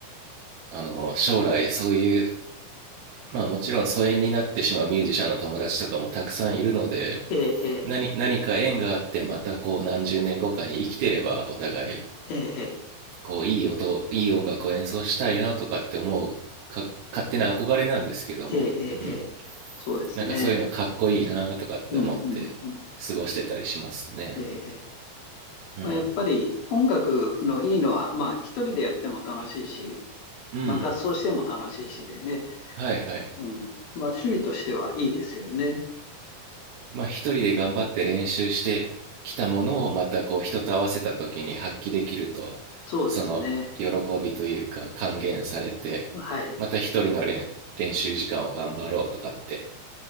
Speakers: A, on the right (about 75°); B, on the left (about 70°).
A: あの将来そういうまあもちろん疎遠になってしまうミュージシャンの友達とかもたくさんいるので
B: ええ
A: 何、何か縁があってまたこう何十年後かに生きてればお互い
B: ええええ
A: こういい音、いい音楽を演奏したいなとかって思うか勝手な憧れなんですけども、
B: ええええええそうですね。
A: うん、なんかそういうのかっこいいなとかって思って
B: うんうんうん。
A: 過ごしてたりしますね。
B: ええええ
A: うん、
B: まあ、やっぱり音楽のいいのは、まあ一人でやっても楽しいし、
A: うん、
B: まあ、合奏しても楽しいしでね。
A: はいはい。
B: うん。まあ、趣味としてはいいですよね。
A: まあ一人で頑張って練習してきたものをまたこう人と合わせた時に発揮できると、
B: そうですね。
A: その喜びというか還元されて、
B: はい。
A: また一人の練練習時間を頑張ろうとかって